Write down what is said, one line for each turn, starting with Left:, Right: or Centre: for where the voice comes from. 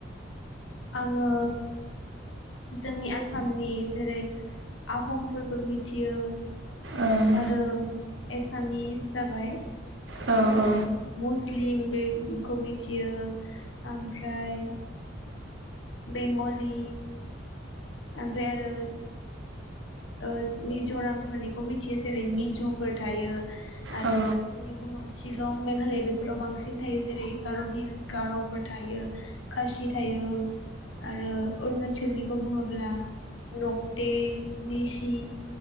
Left: आङो जोंनि आसामनि जेरै आहमफोरखौ मिथियो
Right: ओं
Left: आरो एसामिस जाबाय
Right: औ
Left: ओ
Right: औ
Left: मुस्लिम बेखौ थियो ओमफ्राय बेंगलि ओमफ्राय आरो ओ मिज'रामफोरनिखौ मिथियो जेरै मिज'फोर थायो आरो
Right: औ
Left: शिलंनि दङ शिलं मेग <unintelligible> बेफोराव बांसिन थायो जेरै गार' हिल्स गार'फोर थायो खासि थायो आरो अरुणाचलनि खौ बुङोब्ला रक्टे निसि